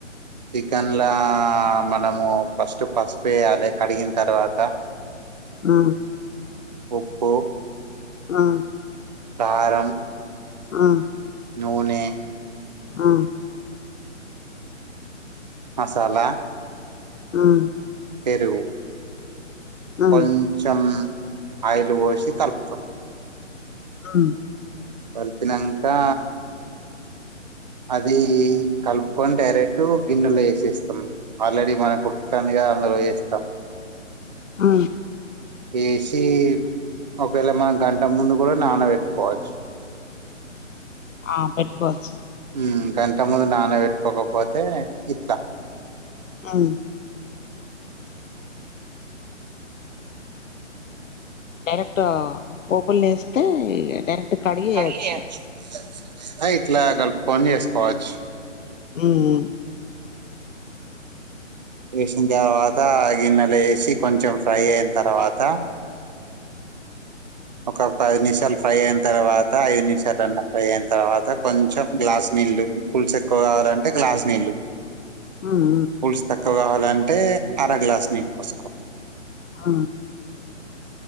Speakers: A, on the right; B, on the left.
A: చికెన్లా మనము ఫస్ట్ పసుపేయాలి కడిగిన తర్వాత
B: ఉ
A: ఉప్పు
B: ఆ
A: కారం
B: ఆ
A: నూనె
B: ఆ
A: మసాలా
B: ఉమ్
A: పెరుగు
B: ఉమ్
A: కొంచం ఆయిలు బోసి కల్పుతాం
B: హ్మ్
A: కల్పినంకా అది కలుపుకొని డైరెక్ట్ గిన్నెలు ఏసేస్తాం. ఆల్రెడీ మనక్ ఉడుకుతాంది గా అందులో వేస్తాం
B: ఆ
A: ఏసి ఒకవేల మనం గంట ముందు కూడా నానబెట్టుకోవచ్చు.
B: ఆ పెట్టుకోవచ్చు
A: హ్మ్ గంట ముందు నాన్న పెట్టుకోకపోతే ఇట్లా
B: హు డైరెక్ట్ పోపుల్ ఎస్తే డైరెక్ట్ కడిగి
A: అలా
B: ఏయచ్చు
A: ఇట్లా కలుపుకొని చేసుకోవచ్చు.
B: హు ఉమ్
A: వేసిన తర్వాత ఆ గిన్నెల ఏసీ కొంచెం ఫ్రై అయిన తర్వాత ఒక పది నిమిషాలు ఫ్రై అయిన తర్వాత ఐదు నిమిషాలున ఫ్రై అయిన తర్వాత కొంచెం గ్లాస్ నీల్ నీలు పుల్సు ఎక్కువ కావాలంటే గ్లాస్ నీళ్లు
B: ఉమ్
A: పులుసు తక్కువ గావాలంటే అర గ్లాసు నీళ్ళు పోసుకోవాలి.
B: అ హ